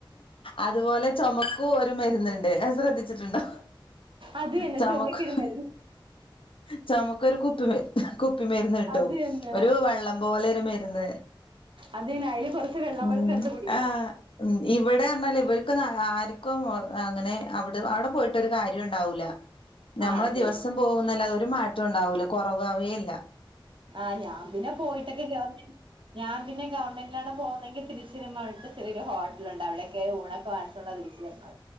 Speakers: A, on the left (about 75°); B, on the right (about 65°).
A: അതുപോലെ ചൊമക്കും ഒരു മരുന്ന്ണ്ട്. ശ്രദ്ധിച്ചിട്ടുണ്ടൊ
B: അത് തന്നെ
A: ചൊമക്ക്
B: ചുമക്കൊരു മരുന്ന്
A: ചൊമക്കൊരു കുപ്പി കുപ്പിമര്ന്ന് കിട്ടും.
B: അത് തന്നെ
A: ഒരു വെള്ളം പോലെ ഒരു മരുന്ന്.
B: അതിന്ന് ഐല് കൊറച്ച് വെള്ളം
A: ഉം
B: കുടി ചേർത്ത് കുടിക്കണം.
A: ആഹ് ഉം ഇവടെ പറ്ഞ്ഞാൽ ഇവർക്കൊന്നു ആർക്കും അങ്ങനെ അവിടെ അവിടെ പോയിട്ട്. ഒരു കാര്യം ഉണ്ടാവൂല്ല. നമ്മളെ
B: ആഹ് അത്
A: ദിവസം
B: തന്നെ
A: പോകുന്നല്ലാതെ ഒരു മാറ്റം ഉണ്ടാവൂല. കൊറവവേ ഇല്ല
B: ആഹ് ഞാൻ പിന്നെ പോയിട്ടൊക്കെ കേ <unintelligible> ന്ന ഞാൻ പിന്നെ ഗവൺമെന്റിലാണ് പോകുതെങ്കിൽ തിരിച്ചിരുമ്മ അവിട്ത്തെ ചെറിയരു ഹോട്ടല്ണ്ട്. അവിടെക്കെ ഊണക്കെ വാണം. കൊണ്ട വീട്ടി വന്ന്.